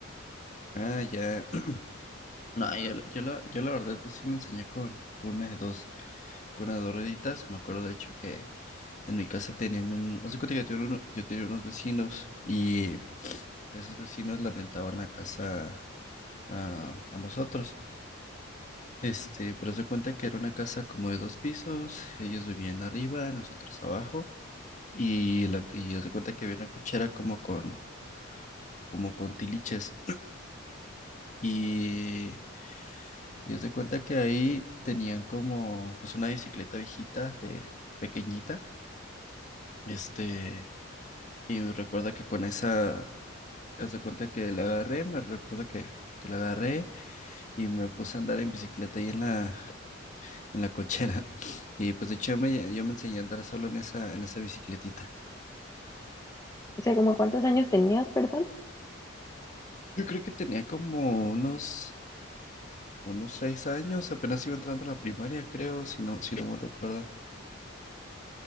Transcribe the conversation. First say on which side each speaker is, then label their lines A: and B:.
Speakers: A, on the left; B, on the left.
A: Ah, ya. <clears throat> No, yo, la- yo, la, yo la verdad sí me enseñé con, con una de dos, con una de dos rueditas. Me acuerdo de hecho que en mi casa tenían un, hace cuenta que yo tenía, uno- yo tenía unos vecinos y esos vecinos la rentaban la casa a, a nosotros. Este, pero se cuenta que era una casa como de dos pisos, ellos vivían arriba, nosotros abajo, y, la, y haz de cuenta que había una cochera como con, como con tiliches, y, y haz de cuenta que ahí tenían como, pues una bicicleta viejita, de pequeñita, este, y recuerda que con esa, haz de cuenta que la agarré, me recuerda que, que la agarré, y me puse a andar en bicicleta ahí en la, en la cochera. <laughs> Y pues de hecho yo me, yo me enseñé a andar solo en esa, en esa bicicletita.
B: O sea, como cuántos años tenías, perdón.
A: Yo creo que tenía como unos, unos seis años, apenas iba entrando a la primaria, creo, si no, si no <laughs> me recuerdo.